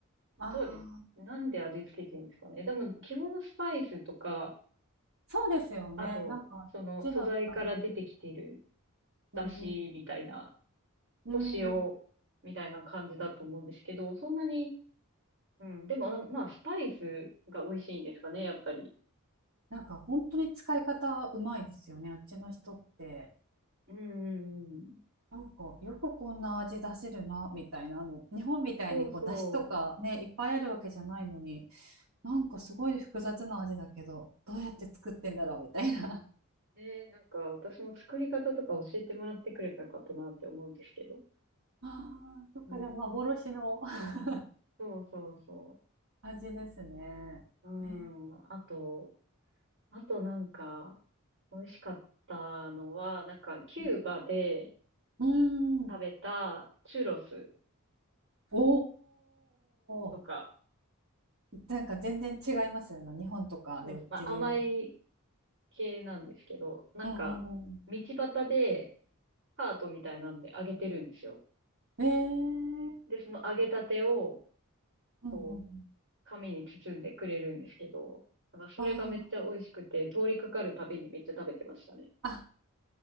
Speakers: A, on the right (about 55°); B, on the right (about 80°).
A: どうですなんで味付けてるんですかねでも、
B: ああ、
A: 基本スパイスとか、
B: そうですよね。
A: あと、
B: なんか、あっちだったら。
A: その素材から出てきてる
B: うん
A: 出汁みたいな、
B: うん。
A: と塩
B: うん。
A: みたいな感じだと思うんですけど、そんなに、うん、でも、まあ、スパイスが美味しいんですかね、やっぱり。
B: なんか本当に使い方うまいですよね。あっちの人って。
A: うんうんうん。
B: なんか、よくこんな味出せるな、みたいな。あの、日本みたいにこう、
A: そうそ
B: 出汁とかね、いっぱいあるわけじゃないのに。なんかすごい複雑な味だけど、どうやって作ってんだろうみたいな。<laughs>
A: う。ねえ、なんか私も作り方とか教えてもらってくればよかったなって思うんですけど。
B: ああ、そっか、
A: うん。
B: じゃあ幻の <laughs>
A: そうそうそ
B: 味ですね。
A: う。うん。
B: え
A: あと、あとなんか、美味しかったのは、なんか、キューバで
B: ー、うーん。
A: 食べたチュロス
B: お
A: とか、
B: ー。なんか全然違いますよね。日本とかで売ってるよ。
A: そうそう、まあ、甘い系なんですけど、なんか、
B: うんうん
A: 道端でハートみたいなんで揚げてるんですよ。
B: うん。えー。
A: で、その揚げたてを、
B: うんうんうん。
A: こう、紙に包んでくれるんですけど、なんかそれがめっちゃ美味しくて、
B: あ
A: 通りかかるたびにめっちゃ食べてましたね。
B: あ。あ、